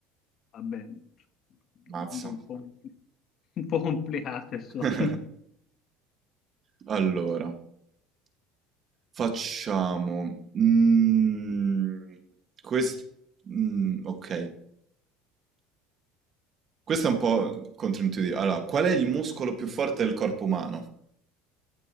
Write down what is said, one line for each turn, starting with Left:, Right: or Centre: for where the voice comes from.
Left: Vabbè, domande
Right: mazza.
Left: un po', un po' complicate sono.
Right: <laughs> Allora, facciamo... mm, quest- mm, ok, questo è un po' controintuitivo. Allora, qual è il muscolo più forte del corpo umano?